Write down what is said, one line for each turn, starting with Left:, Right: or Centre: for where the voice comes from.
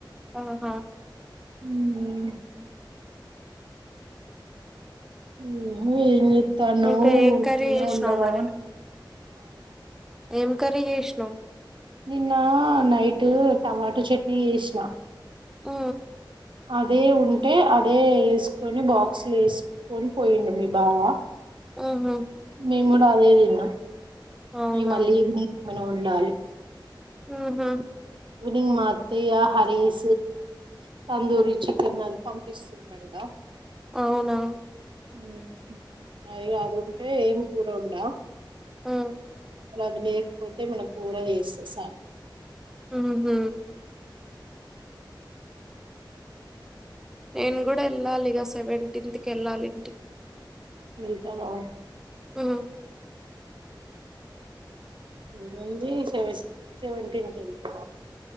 Centre: ఆహా
Right: ఉమ్ ఉహ్ ఏంచేతనవ్
Centre: ఇంకా ఏం
Right: ఉతిగనే
Centre: కర్రీ చేసినావు
Right: ఉన్నావా
Centre: మరి ఏం కర్రీ చెస్నవ్
Right: నిన్న నైట్ టమాటో చట్నీ చేసిన
Centre: ఉ
Right: అదే ఉంటే అదే వేసుకొని బాక్స్లు వేసుకొని పోయిండు మీ బావ
Centre: ఆహా
Right: మేము కూడా అదే తిన్నాం
Centre: అవునా
Right: మళ్ళీ ఈవినింగ్ ఏమైనా వండాలి
Centre: ఉహ్
Right: ఈవినింగ్ మా అత్తయ్య హరీస్ తందూరి చికెన్ అవి పంపిస్తుందంట
Centre: అవునా
Right: ఉ అది అది ఒకటే ఏం కూర వండా
Centre: ఆ!
Right: లా అది లేకపోతే ఏమైనా కూర చేస్తా సైన్
Centre: ఉహ్ నేను కూడా వెళ్ళాలిగా సెవెంటీన్త్కి వెళ్ళాలి ఇంటికి
Right: వెళ్తావా
Centre: ఉ
Right: ఏమైంది సెవస్ సెవెంటీన్కి వెళ్ళిపో